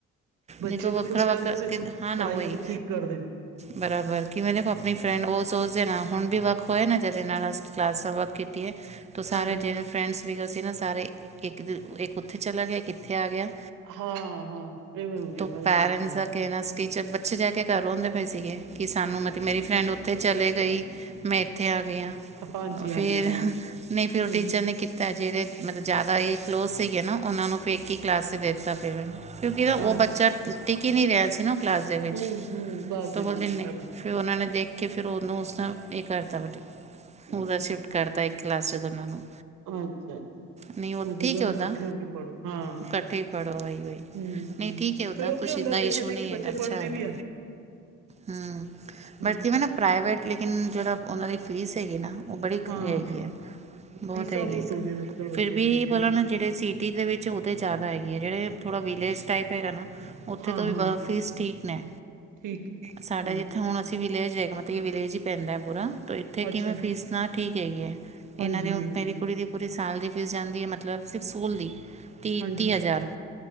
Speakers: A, on the right; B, on the right.
A: ਬੱਚੇ
B: ਨ ਕੋੋ ਵੱਖਰਾ
A: ਵੀ ਖੁਸ਼
B: ਵੱਖਰਾ
A: ਰਹਿੰਦੇ ਫਿਰ
B: ਕਿ ਹਾਂ ਨਾ
A: ਪੜ੍ਹਾਈਆਂ
B: ਉਹੀ
A: ਵੀ ਠੀਕ ਕਰਦੇ
B: ਬਰਾਬਰ ਕਿਵੇਂ ਦੇਖੋ ਆਪਣੀ ਫਰੈਂਡ ਉਸਦੇ ਨਾਲ ਹੁਣ ਵੀ ਵਰਕ ਹੋਇਏ ਨਾ ਜਿਦੇ ਨਾਲ ਅ ਕਲਾਸਾਂ ਵਰਕ ਕੀਤੀ ਹੈ ਤਾਂ ਸਾਰੇ
A: ਹਾਂਜੀ
B: ਜਿਵੇਂ ਫਰੈਂਡਸ ਵੀਗੈਰਾ ਸੀ ਨਾ ਸਾਰੇ ਇੱਕ ਦਿ ਇਹ ਉੱਥੇ ਚਲਾ ਗਿਆ ਕਿੱਥੇ ਆ ਗਿਆ।
A: ਹਾਂ ਹਾਂ। ਇਵੇਂ ਹੋ ਗਿਆ
B: ਤੂੰ
A: ਬਰਾਬਰ
B: ਪੈਰੈਂਟਸ
A: ਬਰਾਬਰ
B: ਦਾ ਕਹਿਣਾ ਟੀਚਰ ਬੱਚੇ ਜਾ ਕੇ ਘ ਰ ਰੋਂਦੇ ਪਏ ਸੀਗੇ। ਕਿ ਸਾਨੂੰ ਮਤਲਬ ਮੇਰੀ ਫਰੈਂਡ ਉੱਥੇ ਚਲੇ ਗਈ ਮੈਂ ਇੱਥੇ ਆ ਗਈ ਹ
A: ਹਾਂਜੀ ਹਾਂਜੀ
B: ਫੇਰ।
A: ਹਾਂਜੀ
B: ਨਹੀਂ ਫੇਰ ਉਹ
A: ਹੂੰ
B: ਟੀਚਰ ਨੇ ਕੀਤਾ। ਤਾਂ ਜਿਹੜੇ ਮਤਲਬ ਜ਼ਿਆਦਾ ਇਹ ਕਲੋਜ਼ ਸੀਗੇ ਨਾ ਉਹਨਾਂ ਨੂੰ ਫਿਰ ਇੱਕ ਹੀ ਕਲਾਸ ਤੇ ਦੇ ਦਿੱਤਾ ਪਵੇ।
A: ਅੱਛਾ
B: ਉਹ ਬੱਚਾ ਟਿਕੀ ਨਹੀਂ ਰਿਹਾ ਸੀ ਨਾ ਕਲਾਸ ਦੇ ਵਿੱਚ
A: ਹੂੰ ਹੂੰ ਕਲਾਸ
B: ਤ
A: ਦੇ
B: ਬੋਲਦੇ
A: ਵਿੱਚ
B: ਨਹੀਂ।
A: ਬਰਾਬਰ
B: ਫਿਰ ਉਹਨਾਂ ਨੇ ਦੇਖ ਕੇ ਫਿਰ ਉਹਨੂੰ ਉਸਨ ਇਹ ਕਰਤਾ ਵ
A: ਹੂੰ
B: ਉਹਦਾ ਸਿਟ। ਕਰਤਾ ਇੱਕ ਕਲਾਸ ਚ ਦੋਹਨਾਂ ਨੂੰ।
A: ਅੱਛਾ ਅੱਛਾ
B: ਨਹੀਂ ਉੱਥੇ
A: ਮਤਲਬ
B: ਕਿ
A: ਦੋਨੋ ਇਕੱਠੇ
B: ਦਾ
A: ਹੋ ਕੇ ਪੜ੍ਹੋ ਹਾਂ
B: ਇਕੱਠੇ ਪੜ੍ਹੋ ਆਈ ਬਈ।
A: ਹੂੰ
B: ਨਹੀਂ
A: ਹੂੰ
B: ਠੀਕ ਹੈ ਉਓਦਾਂ
A: ਫਿਰ ਉਹ
B: ਕੁਛ
A: ਕੀ ਹੁੰਦਾ
B: ਇਦਨਾ
A: ਦੇਖਾ
B: ਇਸ਼ੂ ਨਹੀਂ
A: ਦੇਖੀ
B: ਹੈਗਾ
A: ਬੱਚੇ
B: ਅੱਛਾ
A: ਪੜ੍ਹਦੇ
B: ਹੈਗਾ।
A: ਵੀ ਹਨ
B: ਹਮ।
A: ਹੂੰ
B: ਬੱਚੇ ਕਿਵੇਂ ਨਾ ਪ੍ਰਾਈਵੇਟ ਲੇਕਿਨ ਜਿਹੜਾ ਉਹਨਾਂ ਦੀ ਫ਼ੀਸ ਹੈਗੀ ਨਾ। ਉਹ ਬੜੀ
A: ਹਾਂ
B: ਹੈਗੀ ਹੈ। ਬਹੁਤ
A: ਫੀਸਾਂ
B: ਹੈਗੀ ਹੈ
A: ਹੋ ਗਈਆਂ ਨੇ ਅੱਜ ਕੱਲ੍ਹ ਬੱਚਿਆਂ
B: ਫਿਰ ਵੀ
A: ਦੀਆਂ ਬਹੁਤ
B: ਬੋਲ ਨਾ। ਜਿਹੜੇ ਸਿਟੀ ਦੇ ਵਿੱਚ ਉਹਦੇ ਜ਼ਿਆਦਾ ਹੈਗੀ ਆ ਜਿਹੜੇ ਥੋੜ੍ਹਾ ਵਿਲੇਜ। ਟੈਪੈਡ ਹੇਨਾ ਉੱਥੇ
A: ਹਾਂ
B: ਤੋਂ ਵੀ
A: ਹਾਂ
B: ਬ ਫੀਸ ਠੀਕ ਨੇ
A: ਠੀਕ
B: ਸਾਡਾ
A: ਹੂੰ
B: ਜਿੱਥੇ। ਹੁਣ ਅਸੀਂ ਵਿਲੇਜ ਹੈ ਮਲਬ ਵਿਲੇਜ ਹੀ ਪੈਂਦਾ ਹੈ ਪੂਰਾ ਇੱਥੇ ਕਿਵੇਂ
A: ਅੱਛਾ
B: ਫੀਸ ਨਾ ਠੀਕ ਹੈਗੀ ਹੈ। ਇਹਨਾਂ
A: ਹਾਂਜੀ
B: ਦੀ
A: ਹਾਂਜੀ
B: ਮੇਰੀ ਕੁੜੀ ਦੀ ਪੂਰੀ ਸਾਲ ਦੀ ਫੀਸ ਜਾਂਦੀ ਹੈ ਮਤਲਬ ਸਿਰਫ ਸਕੂਲ ਦੀ ਤੀਹ
A: ਹਾਂਜੀ
B: ਤੀਹ ਹਜ਼ਾਰ।